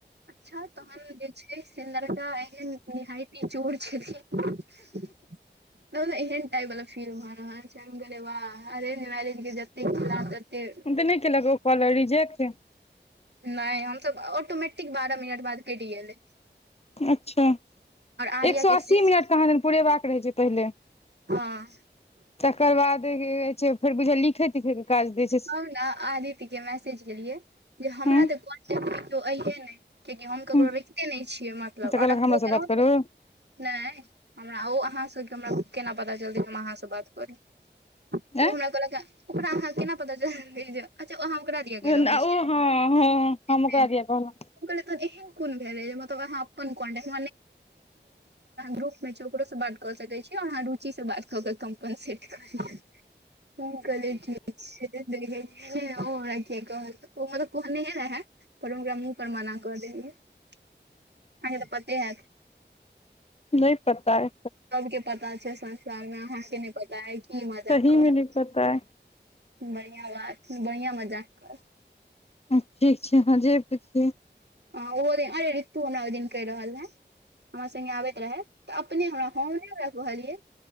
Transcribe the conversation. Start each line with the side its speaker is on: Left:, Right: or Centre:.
Right: अच्छा तहन जे छै से लड़का एहन निहायते चोर छथिन <inaudible> त एहन टाइप वाला फिल्म हो रहे छै बा अरेंज मैरेज के जते खिला तते
Left: हम तऽ नय केलक ओ कॉलर रिजेक्ट
Right: नहि हमसभ ऑटोमेटिक बारह मिनट बाद केली हन
Left: अच्छा
Right: आर्या
Left: एक सए
Right: के
Left: अस्सी
Right: शेष
Left: मिनट के अहाँके पुरेबाक रहै छै पहिले
Right: हँ
Left: तकर बाद छै फेर बुझलियै लिखै तिखैके काज दै छै
Right: हम न आदित्य के मैसेज केलियै जे हमरा
Left: हूँ
Right: त अहे नहि कियाकि हम ककरो
Left: तऽ
Right: राखिते नहि छियै मतलब
Left: कहलक
Right: आ रखबो
Left: हमरासँ
Right: केलों
Left: बात करू
Right: नहि हमरा ओ अहाँसँ हमरा केना पता जल्दी हम अहाँसँ बात करि
Left: आँय
Right: ओ हमरा कल ओरा ह केना पता चलते जे अच्छा अहाँ ओकरा दिया
Left: ओ
Right: कैह
Left: हँ
Right: रहल छियै
Left: हँ हम ओकरा दिया कहलहुँ
Right: उ कहलक हन एहन कोन भेलह मतलब अहा अपन कॉन्टेक्ट ग्रुप मे ओकरो से बात कऽ सकैत छी अहाँ रुचि से बात कऽ के कम्पनसेट कऽ लिय ह कहली ठीक छै देखरा क कह ओ म त कहने ह पर ओकरा मुह पर माना कर देलियै अहा के तऽ पते हैत
Left: नहि पता अइ
Right: सबके पता छै संसार मे अहाँके नहि पता अछि ई मजाक
Left: सहीमे
Right: करत
Left: नहि पता अइ
Right: बढ़िआ बात बढ़िआ मजाक कर
Left: ठीक छै अहाँ जे पुछियौ
Right: ह ओहो दिन अरे ऋतु हमरा ओहि दिन कहि रहल है हमरा संगे आबैत रहे त अपने हमरा हम नहि हमरा कहलियै